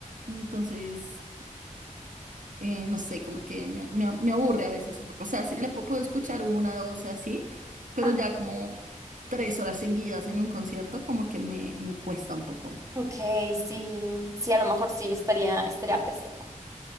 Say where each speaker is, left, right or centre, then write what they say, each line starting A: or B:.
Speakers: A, on the right; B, on the right.
A: Entonces, eh, no sé, como que me, me- me aburre a veces un poco. O sea, sí, la pu- puedo escuchar una, dos, así, pero
B: Ah,
A: ya como tres horas seguidas en un concierto, como que me, me cuesta un poco.
B: ok, sí, sí, a lo mejor sí estaría, estaría pesado.